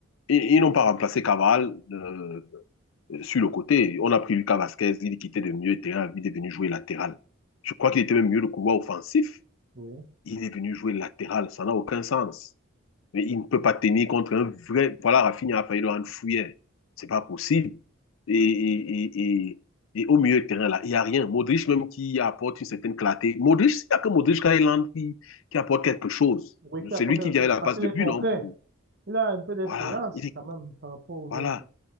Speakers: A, on the left (about 70°); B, on the right (about 50°).
A: ils, ils n'ont pas remplacé Cavaral euh, sur le côté. On a pris Lucas Vasquez, il quittait de milieu de terrain, il est venu jouer latéral. Je crois qu'il était même mieux le couloir offensif.
B: Oui.
A: Il est venu jouer latéral, ça n'a aucun sens. Mais il ne peut pas tenir contre un vrai. Voilà, Rafinha a failli le rendre fouillère. C'est pas possible. Et, et, et, et, au milieu de terrain, là, il n'y a rien. Modric, même qui apporte une certaine clarté. Modric, il n'y a que Modric Kailand qui, qui apporte quelque chose.
B: Oui, qui
A: C'est
B: apporte
A: lui
B: quelque
A: qui vient
B: chose.
A: la
B: Parce
A: passe
B: qu'il
A: de
B: est
A: but,
B: concret.
A: non pour...
B: Il a un peu d'expérience
A: Voilà, il est...
B: quand même par rapport aux
A: Voilà.
B: autres.